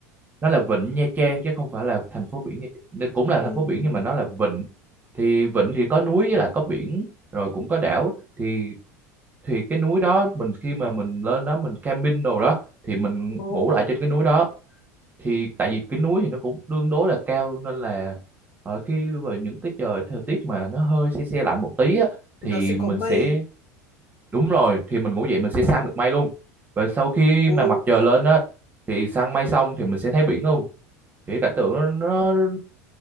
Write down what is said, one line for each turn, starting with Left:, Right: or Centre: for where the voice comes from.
Right: nó là vịnh Nha Trang chứ không phải là thành phố biển Nha Trang. Nên cũng là
Left: ừ
Right: thành phố biển nhưng mà nó là vịnh thì vịnh thì có núi với lại có biển rồi cũng có đảo thì thì cái núi đó mình khi mà mình lên đó mình camping đồ đó thì mình
Left: ồ
Right: ngủ lại trên cái núi đó thì tại vì cái núi thì nó cũng tương đối là cao nên là ở khi vào những cái trời thời tiết mà nó hơi se se lạnh một tí á thì
Left: nó sẽ
Right: mình
Left: có mây
Right: sẽ đúng rồi thì mình ngủ dậy mình sẽ săn được mây luôn và sau khi
Left: ồ
Right: mà mặt trời lên á thì săn mây xong thì mình sẽ thấy biển luôn thì cái cảnh tượng nó nó